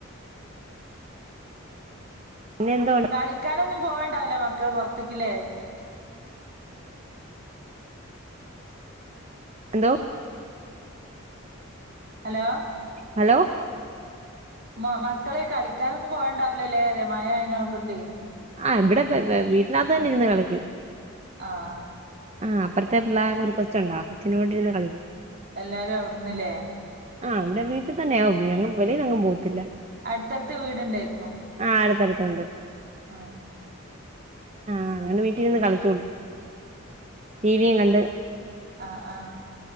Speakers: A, on the right; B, on the right.
A: പിന്നെ എന്താ <unintelligible>
B: കളിക്കാനൊന്നും പോവണ്ടാവില്ല മക്കള് പൊറത്ത്ക്കില്ലേ?
A: എന്തോ?
B: ഹലോ.
A: ഹലോ.
B: മ മക്കളെ കളിക്കാനൊന്നും പോവേണ്ടാവില്ലാല്ലേ പറയാ മഴ അയേനെകൊണ്ടെ?
A: ആഹ് ഇവിടെ വെ വീട്ടിനകത്ത് തന്നെ ഇരുന്ന് കളിക്കും.
B: ആഹ്
A: ആഹ് അപ്പറത്തെ പിള്ളരെ ഒരു കൊച്ചൊണ്ട് ആ കൊച്ചിന്റെ കൂടെ ഇരുന്നു കളിക്കും.
B: എല്ലാരും അവിടന്നല്ലേ?
A: ആഹ് ഇവിടെ വീട്ടി തന്നെയാ വെളിലെങ്ങും പോകത്തില്ല.
B: അടുത്തടുത്ത് വീടുണ്ടേയിക്കും
A: ആഹ് അടുത്തടുത്തുണ്ട്
B: ഉം.
A: ആഹ് അത കൊണ്ട് വീട്ടി ഇരുന്ന് കളിച്ചോളും ടി വി യും കണ്ട്.
B: ആഹ് ആഹ്